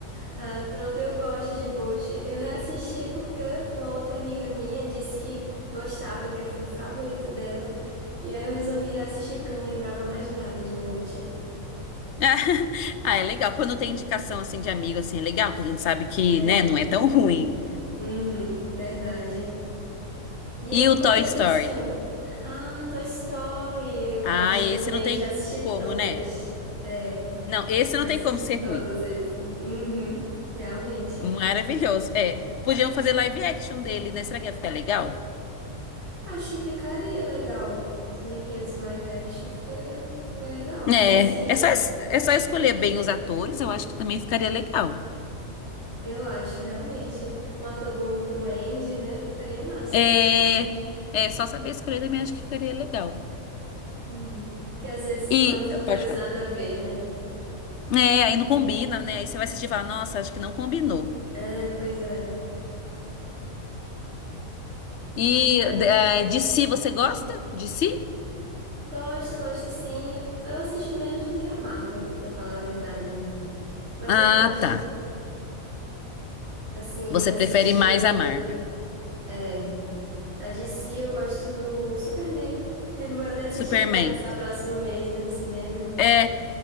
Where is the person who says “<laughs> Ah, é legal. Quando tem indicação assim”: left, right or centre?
Left